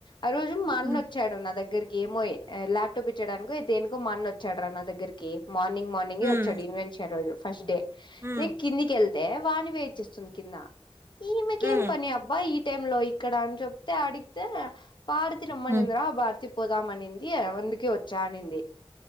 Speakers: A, on the left; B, on the right.
A: ఆ రోజు మా అన్న
B: హ్మ్
A: వచ్చాడు నా దగ్గరి ఏమో ఎ ల్యాప్టాప్ ఇచ్చడానికో దేనికో మా అన్న వచ్చాడు రా నా దగ్గరికి మార్నింగ్
B: హ్మ్
A: వచ్చాడు ఇన్వెన్ష రోజు ఫస్ట్ డే
B: హ్మ్
A: నేను కిందికిళ్తే వాణి వెయిట్ చేస్తుంది కింద ఈమెకేమీ
B: హ్మ్
A: పని అబ్బా ఈ టైం లో ఇక్కడ అని చెప్తే అడిగితే భారతి రమ్మ
B: హ్మ్
A: నిందిరా భారతి పోదామనింది అందుకే వచ్చా అనింది